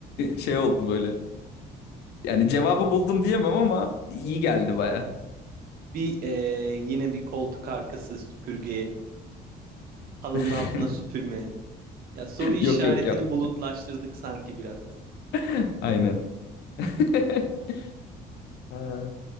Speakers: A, on the left; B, on the right.
A: <laughs> şey oldu böyle. Yani cevabı buldum diyemem ama iyi geldi baya.
B: Bir eee, yine bir koltuk arkası süpürgeye halının
A: <laughs>
B: altına süpürmeye. Ya soru işaretini
A: Yok yok yap.
B: bulutlaştırdık sanki biraz.
A: <laughs> Aynen. <laughs> Ha.